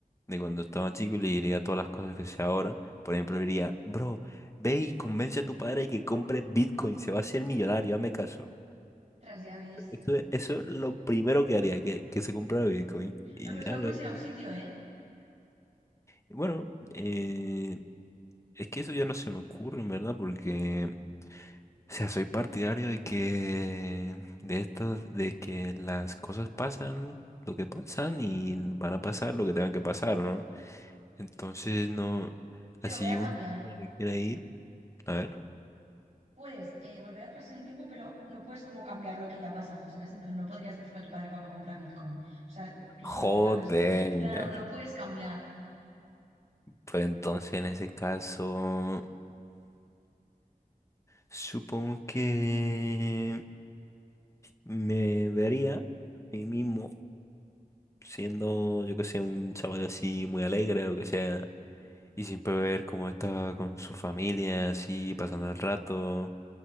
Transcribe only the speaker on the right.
Tras ya ves.
No, pero solo
puedes
ir a un sitio, ¿eh?
Te
lo voy a
cambiar.
Puedes eh, volver atrás en el tiempo, pero no puedes como cambiar lo que ya ha pasado, ¿sabes? En plan, no podrías decirle a tu padre, papá, compra Bitcoin. O sea, tu
situación de ahora es... Claro, no puedes cambiar.